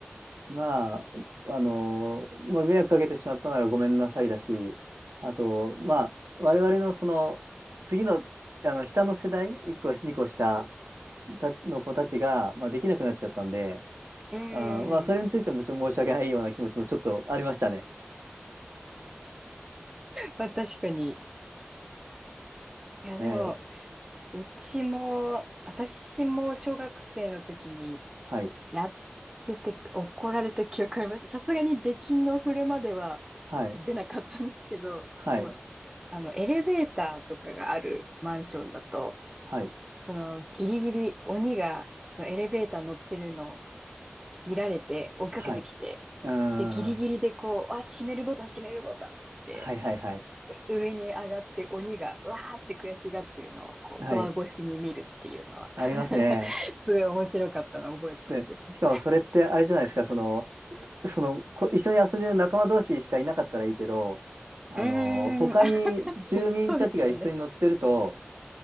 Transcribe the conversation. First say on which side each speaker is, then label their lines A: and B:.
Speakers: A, on the right; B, on the right.
A: まあ、あの、まあ、迷惑かけてしまったならごめんなさいだし、あと、まあ、我々のその、次の、あの、下の世代、1個、2個下たの子たちが、まあ、できなくなっちゃったんで、
B: ー
A: あー、まあ、それについてもちょっと申し訳ないような気持ちもちょっとありましたね。
B: ん。まあ確かに。いや、でも、
A: ええ、
B: うちも、私も小学生の時に
A: はい、
B: やってて怒られた記憶あります。さすがに出禁の振るまでは
A: はい、
B: 出なかったんですけど、
A: はい、
B: でも、あの、エレベーターとかがあるマンションだと、
A: はい、
B: そのギリギリ鬼がそのエレベーター乗ってるのを見られて追いかけてきて、
A: はい。うーん、
B: で、ギリギリでこう、
A: は
B: あ、閉めるボタン、閉めるボタンって
A: い、はい、はい、
B: 上に上がって鬼がわーって悔しがってるのをこうドア越しに見るっていうのは
A: はい。ありますね。
B: <laughs> すごい面白かったのを覚えてますけどね。
A: で、しかもそれってあれじゃないですか、その、その、こ一緒に遊んでる仲間同士しかいなかったらいいけど、あの、
B: うーん、
A: 他に住民たちが一緒に乗ってると、
B: <laughs> あ、確かに。そうですよね。